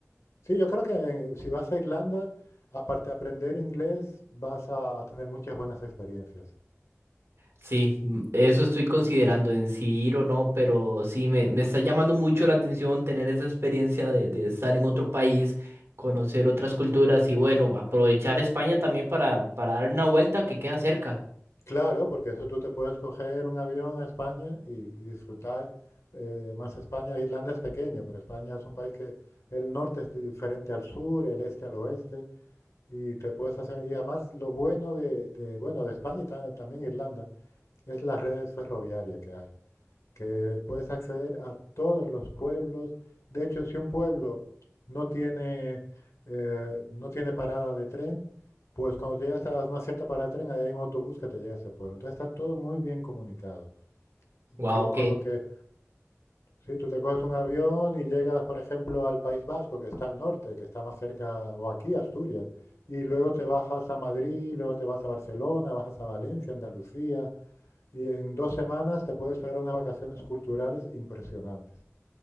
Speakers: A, on the left; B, on the right.
A: Sí, yo creo que en- si vas a Irlanda, aparte de aprender inglés, vas a a tener muchas buenas experiencias.
B: Sí, mm, eso estoy considerando en si ir o no, pero sí, me, me está llamando mucho la atención tener esa experiencia de, de estar en otro país, conocer otras culturas y bueno, aprovechar España también para, para dar una vuelta que queda cerca.
A: Claro, porque eso tú te puedes coger un avión a España y, y disfrutar eh, más España. Irlanda es pequeño, pero España es un país que el norte es diferente al sur, el este al oeste, y te puedes hacer. Y además lo bueno de, de- bueno de España y ta- también Irlanda es las redes ferroviarias que hay que puedes acceder a todos los pueblos. De hecho, si un pueblo no tiene, eh, no tiene parada de tren, pues cuando llegas a una cierta parada de tren, ahí hay un autobús que te lleva a ese pueblo. Entonces está todo muy bien comunicado. Y
B: Wow,
A: clo- con lo que, si tú te coges un avión y llegas, por ejemplo, al País Vasco, que está al norte, que está más cerca, o aquí, Asturias, y luego te bajas a Madrid, luego te vas a Barcelona, bajas a Valencia, Andalucía, y en dos semanas te puedes pegar unas vacaciones culturales impresionantes.